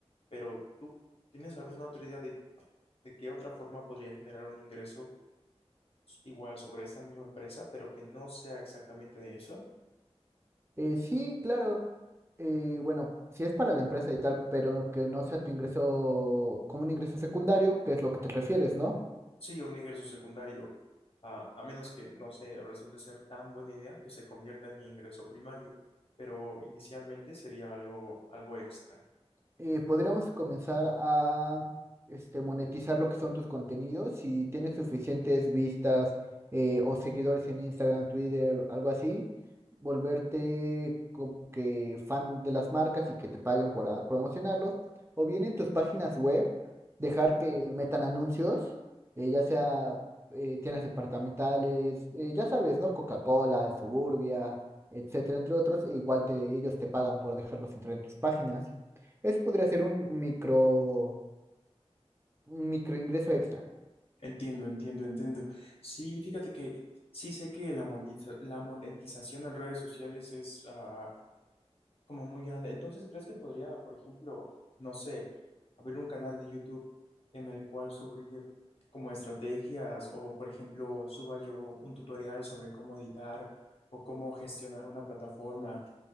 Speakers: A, on the left; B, on the right.
A: pero ¿tú tienes alguna otra idea de, de qué otra forma podría generar un ingreso s- igual sobre esta misma empresa, pero que no sea exactamente de eso?
B: Eh, sí, claro. eh, bueno, si es para la empresa y tal, pero que no sea tu ingreso como un ingreso secundario, que es lo que te refieres, ¿no?
A: Sí, un ingreso secundario, a, a menos que, no sé, resulte ser tan buena idea que se convierta en mi ingreso primario, pero inicialmente sería algo, algo extra.
B: eh, podríamos comenzar a este, monetizar lo que son tus contenidos. Si tienes suficientes vistas eh, o seguidores en Instagram, Twitter, algo así, volverte como que fan de las marcas y que te paguen por ah, promocionarlos. O bien en tus páginas web, dejar que metan anuncios, eh, ya sea eh, tiendas departamentales, eh, ya sabes, ¿no? Coca-Cola, Suburbia, etcétera, entre otros. e igual te, ellos te pagan por dejarlos entrar en tus páginas. Ese podría ser un micro, un micro ingreso extra.
A: Entiendo, entiendo, entiendo. Sí, fíjate que sí sé que la monetiza- la monetización en redes sociales es, ah, como muy grande. Entonces, ¿crees que podría, por ejemplo, no sé, abrir un canal de YouTube en el cual subir como estrategias o, por ejemplo, suba yo un tutorial sobre cómo editar o cómo gestionar una plataforma